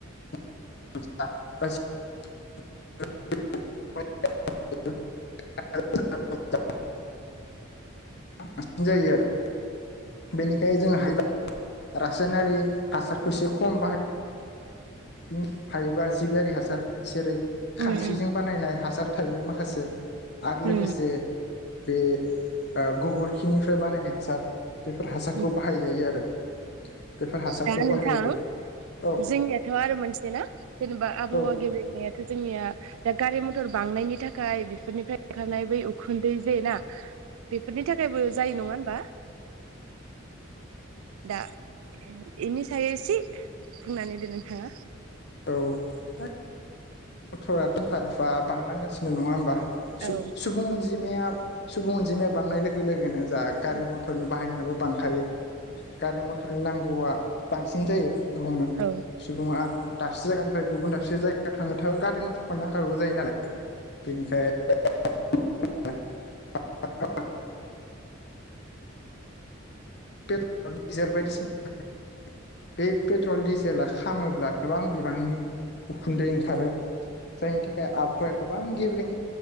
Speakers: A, on the left; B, on the right.
A: <unintelligible> <unintelligible> बांसिन जायो आरो। बेनिखाय जों हायोबा रासायनारि हासारखौ एसे खम बाहाय बिनि हायोबा जिबारि हासार जेरै
B: उम
A: खानस्रिजों
B: उम
A: बानायनाय हासार थायो माखासे आरो
B: उम
A: लोगोसे बे गोबोरखिनिफ्राय बानायनाय हासार बेफोर हासारखौ
B: उम
A: बाहायजायो आरो। बेफोर हासारखौ
B: दा नोंथां
A: बाहायोब्ला औ
B: जोंनियाथ' आरो मोनसे जेनेबा आबहावा
A: औ
B: गेब्लेनायाथ' जोंनिया गारि मथर बांनायनि थाखाय बेफोरनिफ्राय ओंखारनाय बै उखुन्दै जे ना बेफोरनि थाखायबो जायो नङा होनबा? दा इनि सायाव एसे बुंनानै होदो नोंथाङा।
A: औ मथरा थानफा एफा बांलांगासिनो नङा होमबासुबु
B: औ
A: सुबुं अनजि अनजिमाया सुबुं अनजिमाया बांनाय लोगो लोगोनो। जा गारि
B: उम
A: मथरनि बाहायनायाबो बांखायो गारि मथरनि नांगौआ। बांसिन जायो बुंनो
B: औ
A: सुबुङा दाबसे जायगानिफ्राय गुबुन दाबसे जायगायाव थाङो। नोथ' गारि मथरखौनो नांथारौ जायो नालाय बेनिखाय <unintelligible> पेट्रल डिजेल बायदिसिना <unintelligible> बे पेट्रल डिजेला खामोब्ला गोबां बि गोबांनि उखुन्दै ओंखारो जायनि थाखाय आबहावाया गोबां गेब्रें